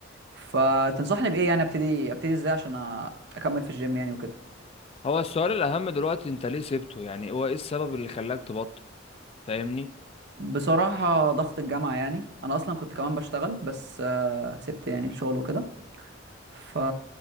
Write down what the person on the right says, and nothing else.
فتنصحني بايه يعني ابتدي ابتدي ازاي عشان أ- اكمل في الجيم يعني وكده
بصراحه ضغط الجامعه يعني انا اصلا كنت كمان بشتغل بس آه، سبت يعني الشغل وكده ف